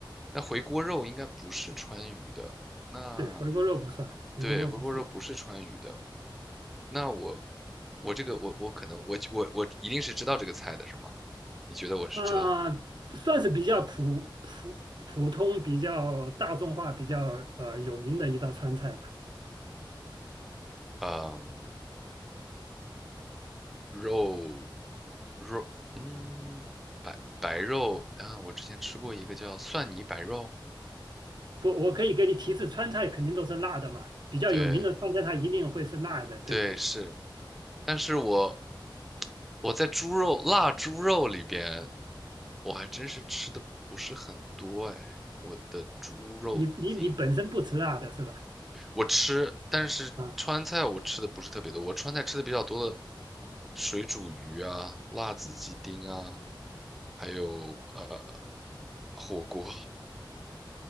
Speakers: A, in the centre; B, on the right (about 60°).
A: 那回锅肉应该不是川渝的。那
B: 对，回锅肉不算，回锅肉不算
A: 对，回锅肉不是川渝的。那我我这个我我可能我我我一定是知道这个菜的是吗？你觉得我是知道？
B: 啊，算是比较普普普通、比较大众化、比较呃有名的一道川菜吧。
A: 嗯，肉肉嗯白白肉啊，我之前吃过一个叫蒜泥白肉，
B: 不，我可以给你提示，川菜肯定都是辣的嘛，比较有名的川菜它一定会是辣的，
A: 对
B: 对不对？
A: 对是，但是我我在猪肉腊猪肉里边，我还真是吃的不是很多哎。我的猪肉丁
B: 你你你本身不吃辣的是吧？
A: 我吃，但是川菜我吃的不是特别多。
B: 啊，
A: 我川菜吃的比较多的，水煮鱼啊、辣子鸡丁啊，还有呃火锅。